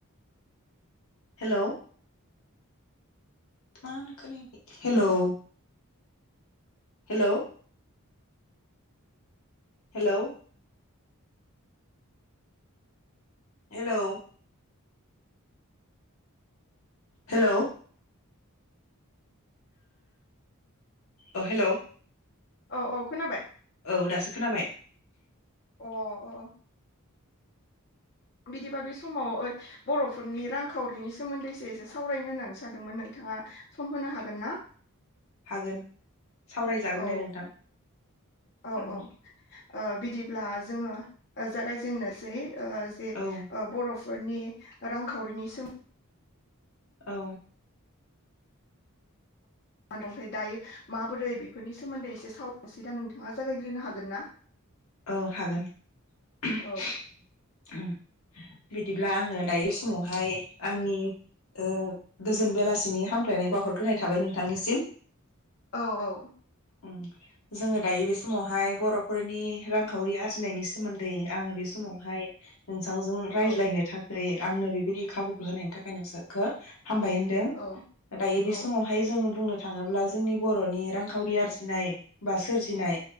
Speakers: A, on the left (about 75°); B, on the left (about 45°).
A: हेलौ मानो खोनायाखै hello. Hello hello hello hello औ हेलौ
B: औ औ खोनाबाय।
A: औ दासो खोनाबाय।
B: अ अअ बिदिबा बे समाव बर'फोरनि रांखावरिनि सोमोन्दैसो एसे सावरायनो होननानै सानदोंमोन नोंथाङा सम होनो हागोन ना?
A: हागोन सावरायजागोन
B: औ
A: दे नोंथां।
B: औ
A: उम
B: औ ओ बिदिब्ला जोङो ओ जागायजेननोसै। ओ जे
A: औ
B: बर'फ फोरनि रांखावरिनि सोमो
A: औ
B: ओमफ्राय दायो माबोरै बेफोरनि सोमोन्दै एसे सावरायसै दा नोंथाङा जागायग्रोनो हागोन ना?
A: औ हागोन
B: औ
A: <inaudible> उम बिदिब्ला आङो दायो समावहाय आंनि ओ गोजोन बेलासिनि हामग्लायनाय बावहरग्रोनाय थाबाय नोंथांनिसिम।
B: औ औ
A: ओम जोङो दायो बे समावहाय बर'फोरनि रांखावरि आरजिनायनि सोमोन्दै आङो बे समावहाय नोंसांजों
B: औ
A: रायज्लायनो थाखोय आंनो बेबायदि खाबुखौ होनायनि थाखाय नोंसो खो हामबाय होनदों।
B: औ
A: दायो बे
B: औ
A: समावहाय जों बुंनो थाङोब्ला जोंनि बर'नि रांखावरि आरजिनाय बा सोरजिनाय